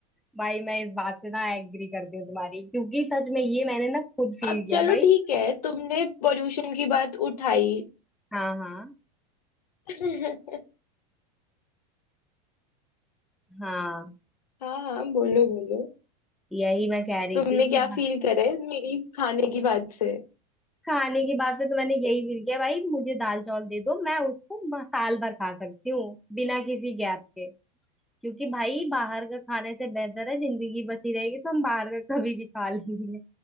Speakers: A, in the centre; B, on the left.
A: भाई मैं इस बात से ना एग्री करती हूँ तुम्हारी क्योंकि सच में ये मैंने ना खुद फील
B: अब
A: किया
B: चलो
A: भाई
B: ठीक है तुमने पोल्यूशन की बात उठाई
A: हाँ हाँ
B: <laughs>
A: हाँ
B: हाँ हाँ बोलो बोलो
A: यही मैं कह रही
B: तुमने
A: थी
B: क्या
A: कि भा-
B: फील करा है मेरी खाने की बात से
A: खाने की बात से तो मैंने यही फील किया भाई मुझे दाल चावल दे दो मैं उसको म- साल भर खा सकती हूँ बिना किसी गैप के क्योंकि भाई बाहर का खाने से बेहतर है जिंदगी बची रहेगी तो हम बाहर का कभी भी खा लेंगे